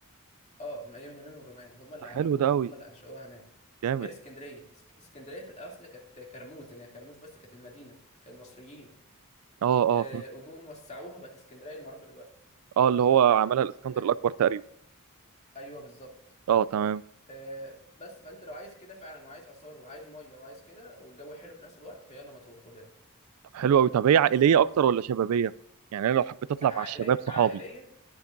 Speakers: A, on the left; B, on the right.
A: اه من أيام اليونان والرومان هم اللي
B: ده
A: عملوها
B: حلو ده قوي
A: هم اللي أنشأوها هناك
B: جامد
A: غير اسكندرية اسك- اسكندرية في الأصل كانت كرموز يعني كرموز بس كانت المدينة كانت مصريين
B: اه اه
A: آه،
B: فهمت
A: وجم وسعوها بقت اسكندرية المعروفة دلوقتي
B: اه اللي هو عملها الاسكندر
A: فاهم
B: الاكبر تقريبا
A: ايوه بالظبط
B: اه تمام
A: آه بس فانت لو عايز كده فعلا وعايز اثار وعايز ميه وعايز كده والجو حلو في نفس الوقت فيلا مطروح بجد
B: طب حلو قوي طب هي عائليه اكتر ولا شبابيه يعني انا لو حبيت اطلع
A: عائليه
B: مع الشباب صحابي
A: عائليه